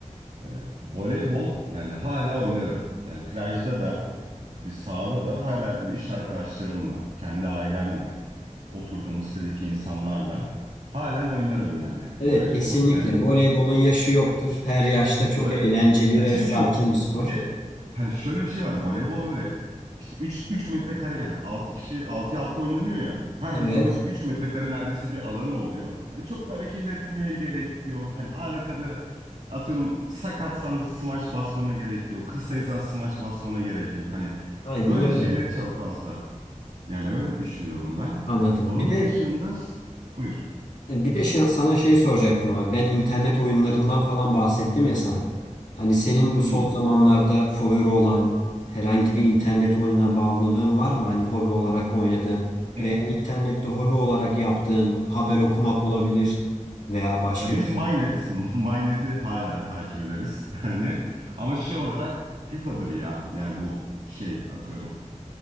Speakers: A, on the right (about 60°); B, on the left (about 70°).
A: e, voleybol yani hala oynarım. Yani plajda da bir sahada da hala böyle iş arkadaşlarımla, kendi ailemle, oturduğum sitedeki insanlarla halen oynarım yani voleybolu.
B: Evet, kesinlikle.
A: Yani
B: Voleybolun yaşı yoktur. Her yaşta çok
A: Voley.
B: eğlenceli
A: Ha
B: ve
A: çünkü
B: sakin bir spor.
A: bir de hani şöyle bir şey var. Voleybol böyle işte 3 3 metrekare yani 6 kişi 6'ya 6 oynanıyor ya. Herkesin
B: Evet,
A: böyle bir 3 metrekare neredeyse bir alanı oluyor. Hani çok hareket etmeye gerek yok. Hani arkada atıyorum sakatsan smaç basmana gerek yok. Kısaysan smaç basmana gerek yok. Hani
B: aynen
A: böyle
B: öyle.
A: şeyleri çok fazla. Yani öyle düşünüyorum ben.
B: Anladım.
A: Onun
B: Bir de
A: dışında s- buyur.
B: E, Bir de şey- sana şey soracaktım abi. Ben internet oyunlarından falan bahsettim ya sana. Hani senin bu son
A: Hmm.
B: zamanlarda favori olan herhangi bir internet oyununa bağımlılığın var mı? Hani hobi olarak oynadığın
A: E,
B: veya internette hobi olarak yaptığın haber okumak olabilir veya başka
A: Ya biz
B: bir şey.
A: Mynet, <laughs> Mynet'i hala takip ederiz. <laughs> Hani ama şey olarak FIFA'dır ya. Yani bu şey atıyorum